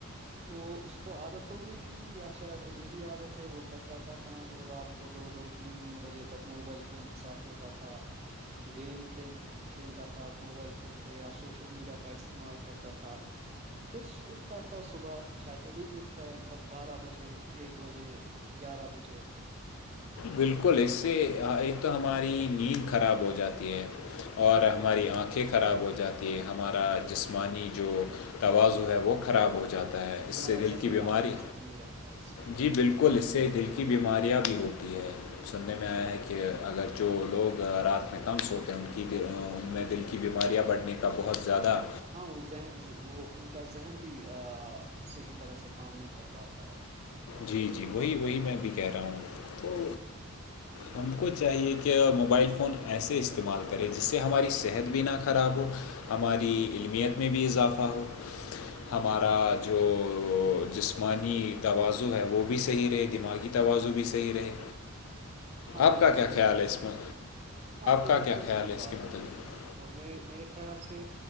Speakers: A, on the right; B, on the left.
A: وہ اس کو عادت ہو گئی تھی یا شاید ابھی بھی عادت ہے وہ کرتا تھا کام وہ رات کو دو دو تین تین بجے تک موبائل فون کے ساتھ ہوتا تھا گیم کل کھیلتا تھا موبائل فون پہ یا سوس سوشل میڈیا کا استعمال کرتا تھا پھر اٹھتا تھا صبح شاید ابھی بھی اٹھتا ہے بارہ بجے ایک بجے گیارہ بجے
B: بالکل اس سے ایک تو ہماری نیند خراب ہو جاتی ہے اور ہماری آنکھیں خراب ہو جاتی ہیں ہمارا جسمانی جو توازع ہے وہ خراب ہو ج جتا ہے اس
A: ہمارا
B: سے دل
A: ذہنی
B: کی بیماری
A: توازن صحیح نہیں رہتا ہے اس سے
B: جی بالکل بالکل اس سے دل کی بیماریاں بھی ہوتی ہے سننے میں آیا ہے کہ اگر جو لوگ رات میں کم سوتے ہیں ان کی ان میں دل کی بیماریاں بڑھنے کا بہت زیادہ
A: ہاں وہ ذہن وہ ان کا ذہن بھی صحیح طرح سے کام نہیں کر پاتا ہے
B: جی جی وہی وہی میں بھی کہہ رہا ہوں تو ہم کو چاہیے کہ موبائل فون ایسے استعمال کرے جس سے ہماری صحت بھی نہ خراب ہو ہماری علمیت میں بھی اضافہ ہو ہمارا جو جسمانی تواز جو ہے وہ بھی صحیح رہے دماغی توازن بھی صحیح رہے
A: ہاں
B: آپ
A: بالکل
B: کا کیا
A: صحیح
B: خیال
A: بات
B: ہے
A: کہی
B: اس میں
A: آپ نے ہاں آپ نے
B: کا
A: بالکل
B: کیا خیال
A: صحیح
B: ہے اس
A: بات
B: کے
A: بولی
B: متعلق
A: اور میں میرے خیال سے